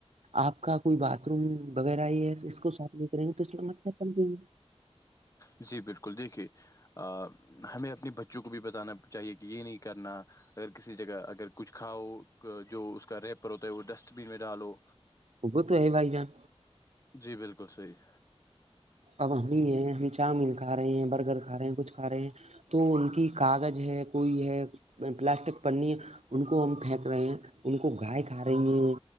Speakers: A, on the right; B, on the left.
A: آپ کا کوئی باتھ روم وغیرہ ہی ہے اس کو صاف نہیں کریں گے تو اسمیں مچھر پنپینگے
B: جی بلکل دیکھیے آ ہمیں اپنے بچوں کو بھی بتانا چاہیے کہ یہ نہیں کرنا اگر کسی جگہ اگر کچھ کھاؤ جو اس کا ریپر ہوتا ہے وہ ڈسٹ بین میں ڈالو
A: وہ تو ہے بھائی جان
B: جی بلکل صحیح
A: اب ہم بھی ہے ہم چاؤ مین کھ رہے ہیں برگر کھا رہے ہیں کچھ کھا رہے ہیں تو ان کی کاغج ہے کوئی ہے پلاسٹک پنی ہے ان کو ہم پھینک رہے ہیں ان کو گائے کھا رہی ہیں